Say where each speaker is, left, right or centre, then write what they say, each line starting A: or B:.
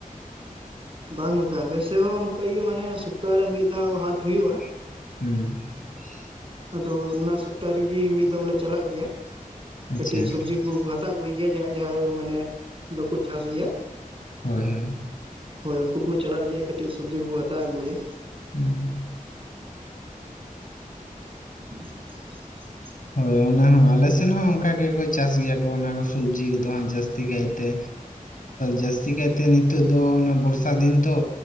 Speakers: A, on the right; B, on the left.
A: ᱵᱟᱝ ᱜᱚᱝᱠᱮ ᱟᱞᱮᱥᱮᱫ ᱦᱚᱸ ᱚᱱᱠᱟᱜᱮ ᱢᱟᱱᱮ ᱥᱚᱯᱛᱟᱦᱚᱨᱮ ᱢᱤᱫ ᱫᱷᱟᱣ ᱦᱟᱴ ᱦᱩᱭᱩᱜᱼᱟ
B: ᱦᱩᱸ
A: ᱟᱫᱚ ᱚᱱᱟ ᱥᱚᱯᱛᱟᱦ ᱨᱮᱜᱮ ᱢᱤᱫ ᱫᱚᱢ ᱞᱮ ᱪᱟᱞᱟᱜ ᱜᱮᱭᱟ᱾ ᱠᱟᱹᱴᱤᱡ
B: ᱟᱪᱪᱷᱟ
A: ᱥᱚᱵᱡᱤ ᱠᱚ ᱦᱟᱛᱟᱣ ᱟᱹᱜᱩᱭ ᱜᱮᱭᱟ ᱡᱟᱦᱟᱸᱭ ᱡᱟᱦᱟᱸᱭ ᱢᱟᱱᱮ ᱵᱟᱠᱚ ᱪᱟᱥ ᱜᱮᱭᱟ᱾
B: ᱦᱳᱭ ᱦᱳᱭ᱾
A: ᱦᱳᱭ ᱩᱱᱠᱩ ᱠᱚ ᱪᱟᱞᱟᱜ ᱜᱮᱭᱟ ᱠᱟᱴᱤᱡ ᱥᱚᱵᱽᱡᱤ ᱠᱚᱠᱚ ᱦᱟᱛᱟᱣ ᱟᱹᱜᱩᱭᱟ᱾
B: ᱦᱩᱸ᱾
A: <inaudible>
B: ᱦᱳᱭ ᱚᱱᱟ ᱦᱚᱸ ᱟᱞᱮ ᱥᱮᱫ ᱦᱚᱸ ᱚᱱᱠᱟ ᱜᱮᱠᱚ ᱪᱟᱥ ᱜᱮᱭᱟ ᱠᱚ ᱚᱱᱟ ᱥᱚᱵᱡᱤ ᱠᱚᱫᱚ ᱦᱟᱸᱜ ᱡᱟᱹᱥᱛᱤ ᱠᱟᱭᱛᱮ᱾ ᱡᱟᱹᱥᱛᱤ ᱠᱟᱭᱛᱮ ᱱᱤᱛᱚᱜ ᱫᱚ ᱚᱱᱟ ᱵᱚᱨᱥᱟ ᱫᱤᱱ ᱛᱚ